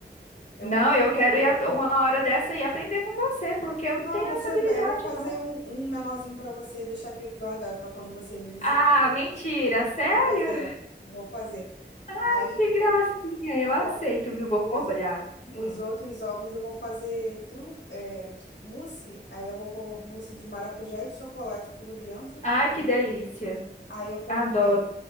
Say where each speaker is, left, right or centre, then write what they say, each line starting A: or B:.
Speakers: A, on the left (about 75°); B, on the left (about 40°).
A: Eu
B: não,
A: vou fazer.
B: eu quero
A: um-
B: ir a- uma hora dessa e aprender com você, porque eu
A: Não,
B: não tenho
A: você,
B: essa habilidade,
A: vai- eu vou fazer
B: não.
A: um, um menorzinho para você e deixar aqui guardado para quando você vir, você
B: Ah,
A: comer.
B: mentira, sério?
A: Vou fazer, vou fazer.
B: <laughs>
A: Aí
B: Que gracinha, eu aceito,
A: Ó,
B: viu? Vou
A: os,
B: cobrar. Hum.
A: os outros ovos eu vou fazer tru, é, mousse, aí eu vou pôr mousse de maracujá e de chocolate por dentro.
B: Ai, que delícia,
A: Aí eu comprei
B: adoro.